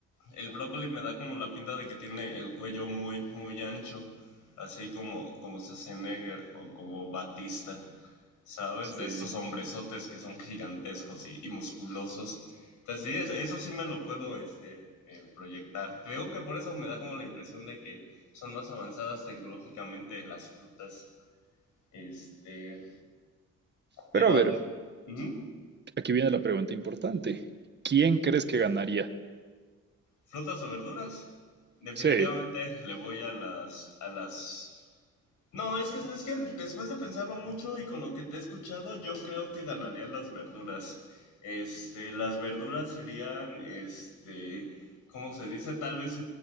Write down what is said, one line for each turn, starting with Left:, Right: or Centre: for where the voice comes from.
Left: El brócoli me da como la pinta de que tiene el cuello muy, muy ancho, así como, como Schwarzenegger o como Batista, ¿sabes?
Right: Sí.
Left: De estos hombrezotes que son gigantescos y, y musculosos. Entonces sí, es- eso sí me lo puedo este, eh, proyectar. Te digo que por eso me da como la impresión de que son más avanzadas tecnológicamente las frutas. Este, pero
Right: Pero a ver,
Left: ad- ¿Mm?
Right: aquí viene la pregunta importante. ¿Quién crees que ganaría?
Left: frutas o verduras, definitivamente
Right: Sí,
Left: le voy a las a las No, es que sabes que después de pensarlo mucho y con lo que te he escuchado, yo creo que ganaría las verduras. Este, las verduras serían, este, ¿cómo se dice? Tal vez,